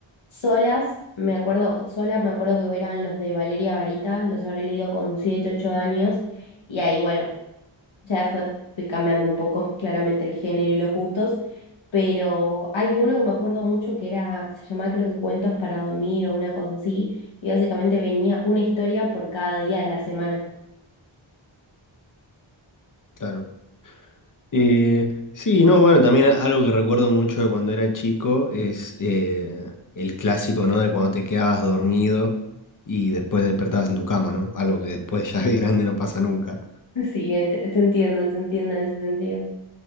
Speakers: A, on the left; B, on the left.
A: solas, me acuerdo, solas me acuerdo que eran los de Valeria Varita, los habré leído con 7 8 años, y ahí, bueno. Ya fue, fui cambiando un poco claramente el género y los gustos, pero hay uno que me acuerdo mucho que era, se llamaba creo que Cuentos para dormir o una cosa así, y básicamente venía una historia por cada día de la semana. <laughs>
B: Claro. Eh, sí, no, bueno, también a- algo que recuerdo mucho de cuando era chico es eh, el clásico, ¿no? De cuando te quedabas dormido y después despertabas en tu cama, ¿no? Algo que después <laughs> ya de grande no pasa nunca.
A: Sí, ent- te entiendo, te entiendo en ese sentido.